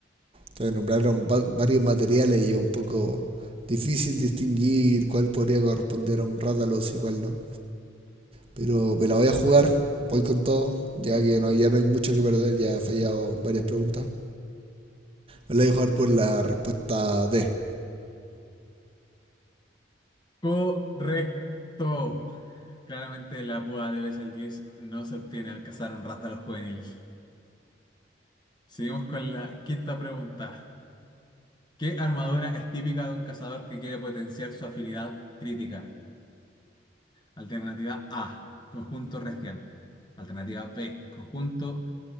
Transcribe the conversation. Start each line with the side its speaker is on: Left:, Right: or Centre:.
Right: Te nombraron varios materiales y es un poco difícil distinguir cuál podría corresponder a un Rathalos y cuál no. Pero me la voy a jugar. Voy con todo. Ya que no, ya no hay mucho que perder. Ya he fallado varias preguntas. Me la voy a jugar por la respuesta D.
Left: Correcto. Claramente la púa de Betelgeuse no se obtiene al cazar un Rathalos juvenil. Seguimos con la quinta pregunta. ¿Qué armadura es típica de un cazador que quiere potenciar su afinidad crítica? Alternativa A, conjunto Restian. Alternativa B, conjunto